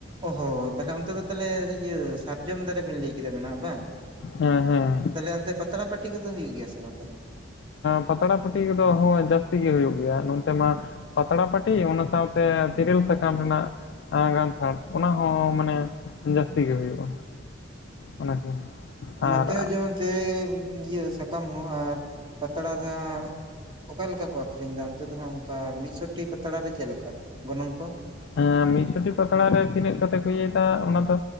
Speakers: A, on the right; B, on the left.
A: ᱚ ᱦᱚᱸ ᱛᱟᱦᱞᱮ ᱚᱱᱛᱮ ᱫᱚ ᱛᱟᱦᱚᱞᱮ ᱤᱭᱟᱹ ᱡᱚᱢ ᱫᱟᱨᱮ ᱵᱮᱱ ᱞᱟᱹᱭ ᱠᱮᱫᱟ ᱢᱮᱱᱟᱜᱼᱟ ᱵᱟᱝ
B: ᱦᱮᱸ ᱦᱮᱸ
A: ᱛᱟᱞᱦᱮ ᱚᱱᱛᱮ ᱯᱟᱛᱲᱟ ᱯᱟᱹᱴᱤ ᱠᱚᱫᱚ ᱦᱩᱭᱩᱜ ᱜᱮᱭᱟ ᱥᱮ ᱵᱟᱝ ᱛᱟᱞᱦᱮ
B: ᱯᱟᱛᱲᱟ ᱯᱟᱹᱴᱤ ᱠᱚᱫᱚ ᱦᱚᱭ ᱡᱟᱹᱥᱛᱤ ᱜᱮ ᱦᱩᱭᱩᱜ ᱜᱮᱭᱟ ᱱᱚᱱᱛᱮ ᱢᱟ ᱯᱟᱛᱲᱟ ᱯᱟᱹᱴᱤ ᱛᱤ ᱚᱱᱟ ᱥᱟᱶᱛᱮ ᱛᱤᱨᱤᱞ ᱥᱟᱠᱟᱢ ᱨᱮᱱᱟᱜ ᱮ ᱜᱟᱱᱛᱷᱟᱲ ᱚᱱᱟ ᱦᱚᱸ ᱢᱟᱱᱮ ᱡᱟᱹᱥᱛᱤ ᱜᱮ ᱦᱩᱭᱩᱜᱼᱟ ᱚᱱᱟᱠᱤᱱ
A: ᱚ
B: ᱟᱨ
A: <inaudible> ᱱᱚᱛᱮ ᱦᱚᱸ ᱡᱮᱢᱚᱱ <inaudible> ᱤᱭᱟᱹ ᱥᱟᱠᱟᱢ ᱦᱚᱸ ᱦᱟᱸᱜ ᱟᱨ ᱯᱟᱛᱲᱟ ᱫᱚ ᱦᱟᱸᱜ ᱚᱠᱟ ᱞᱮᱠᱟ ᱠᱚ ᱟᱠᱷᱨᱤᱧ ᱫᱟ ᱚᱱᱛᱮ ᱫᱚ ᱦᱟᱸᱜ ᱚᱱᱠᱟ ᱢᱤᱫᱥᱚᱴᱤ ᱯᱟᱛᱲᱟ ᱨᱮ ᱪᱮᱫ ᱞᱮᱠᱟ ᱜᱚᱱᱚᱝ ᱠᱚ
B: ᱦᱮᱸ ᱢᱤᱜᱥᱩᱴᱤ ᱯᱟᱛᱲᱟ ᱨᱮ ᱛᱤᱱᱟᱹᱜ ᱠᱟᱛᱮ ᱠᱚ ᱤᱭᱟᱹᱟᱭ ᱫᱟ ᱚᱱᱟ ᱫᱚ